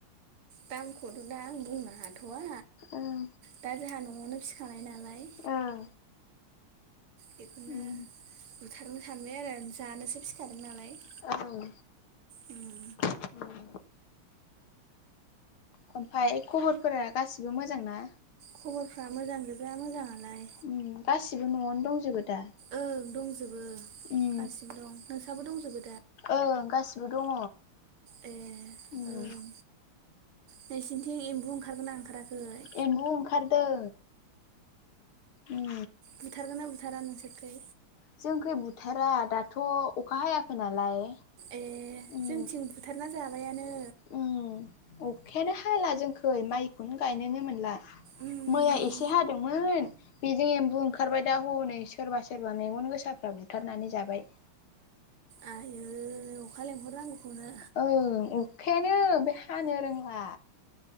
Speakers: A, on the right; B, on the left.
A: दामखथ' दा आं बुंनो हाथ'वा
B: ओं
A: दा जाहा न'आवनो फिखानाय नालाय
B: ओं
A: बेखौनो
B: उम
A: बुथारनो सानबाय आरो जानोसो फिखादों नालाय।
B: ओं।
A: उम
B: उम खमफाय खबरफोरा गासिबो मोजां ना?
A: खबरफ्रा मोजां गोजा मोजाङालाय।
B: उम गासिबो न'आवनो दंजोबो दा?
A: ओं दंजोबो गासिबो
B: उम
A: दं। नोंसाबो दंजोबो दा?
B: ओं गासिबो दङ।
A: ए
B: उम
A: ओं। नोंसिनिथिं एम्बु ओंखारगोना ओंखाराखै ए।
B: एम्बु ओंखारदों उम
A: बुथारगोन ना बुथारा नोंसोरखै?
B: जोंखै बुथारा दाथ' अखा हायाखै नालाय।
A: ए
B: उम
A: जोंथिं बुथारना जाबायानो।
B: उम अखायानो हाला जोंखै माइखौनो गायनोनो मोनला।
A: उम
B: मैया एसे हादोंमोन। बेजों एम्बु ओंखारबाय दा हनै सोरबा सोरबा मेगन गोसाफ्रा बुथारनानै जाबाय।
A: आयै अखा लेंहर नांगौखौनो।
B: ओं अखायानो बे हानो रोंला